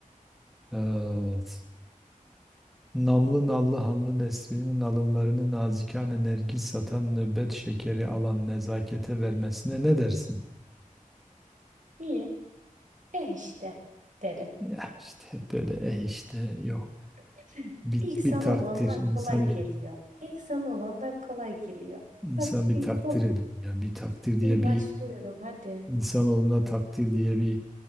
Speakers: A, in the centre; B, on the right.
A: Evet. Namlı nallı hanlı neslinin alınlarını nazikane nergis satan nöbet şekeri alan nezakete vermesine ne dersin?
B: İyi. Eh işte derim.
A: Ya işte hep böyle eh işte yok
B: <clears throat>
A: bir,
B: İlk sana
A: bir takdir
B: olanlar
A: insan
B: kolay geliyor.
A: bir
B: İlk sana olanlar kolay geliyor.
A: insan
B: Bak
A: bir
B: ilk
A: takdir
B: kolay.
A: edin ya bir takdir diye
B: İyi başlıyorum
A: bir
B: hadi.
A: insanoğluna takdir diye bir